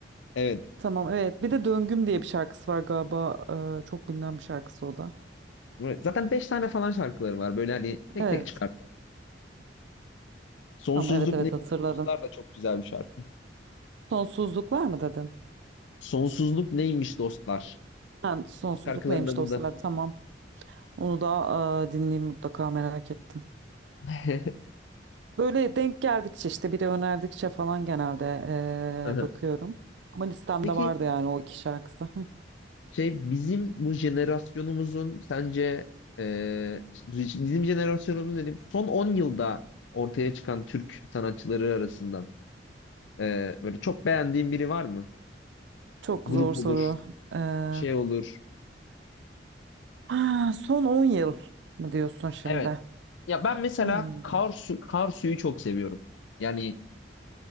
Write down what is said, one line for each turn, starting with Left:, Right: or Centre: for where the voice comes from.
Left: evet.
Right: Tamam evet. Bir de Döngüm diye bir şarkısı var galiba. Ee, çok bilinen bir şarkısı o da.
Left: Zaten beş tane falan şarkıları var. Böyle hani tek
Right: Evet.
Left: tek çıkar. Sonsuzluk
Right: Tamam evet evet
Left: neymiş
Right: hatırladım.
Left: dostlar da çok güzel bir şarkı.
Right: Sonsuzluk var mı dedin?
Left: Sonsuzluk neymiş dostlar?
Right: Ha, sonsuzluk
Left: Şarkıların
Right: neymiş
Left: adı
Right: dostlar?
Left: da.
Right: Tamam. Onu da e, dinleyeyim mutlaka merak ettim.
Left: <laughs>
Right: Böyle denk geldikçe işte biri önerdikçe falan genelde eee,
Left: Aha.
Right: bakıyorum. Ama listemde
Left: Peki
Right: vardı yani o iki şarkısı. Hı,
Left: şey bizim bu jenerasyonumuzun sence e, bizim jenerasyonumuzun dedim son 10 yılda ortaya çıkan Türk sanatçıları arasından e, böyle çok beğendiğin biri var mı?
Right: Çok
Left: Grup
Right: zor soru.
Left: olur,
Right: Eee,
Left: şey olur.
Right: ha, son 10 yıl mı diyorsun şimdi?
Left: Evet. Ya ben mesela
Right: Hmm.
Left: Karsu Karsu'yu çok seviyorum. Yani